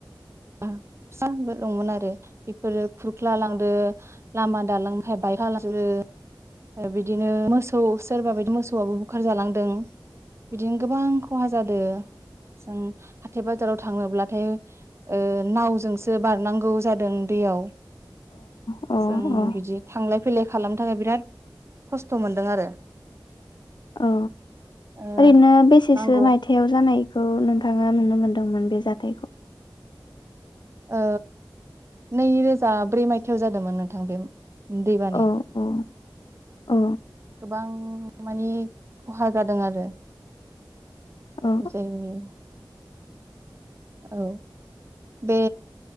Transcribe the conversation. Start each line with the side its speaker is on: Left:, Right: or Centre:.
Right: <unintelligible> बेफोरो खुरख्ला लांदो लामा दालांफोरा <unintelligible> लांजोबो बिदिनो मोस औ सोरबा बायदि मोसौआबो बुखार जालांदों। बिदिनो गोबां खहा जादो। जों हाथाय बाजाराव थाङोब्लाथाय ओ नावजोंसो बारनांगौ जादों दैयाव। <inaudible>
Left: औ
Right: जों
Left: औ
Right: बिदि थांलाय फैलाय खालामनो थाखाय बिराद खस्थ' मोनदों आरो।
Left: अ,
Right: ओ
Left: ओरैनो बेसेसो
Right: नांगौ
Left: मायथायाव जानाय? खौ नोंथाङा नुनो मोन्दोंमोन बे जाथायखौ?
Right: औ, नै रोजा ब्रै मायथायाव जादोंमोन नोंथां बे दै बानाया।
Left: औ औ औ
Right: गोबां मानि खहा जादों आरो।
Left: औ
Right: जोंनि औ बे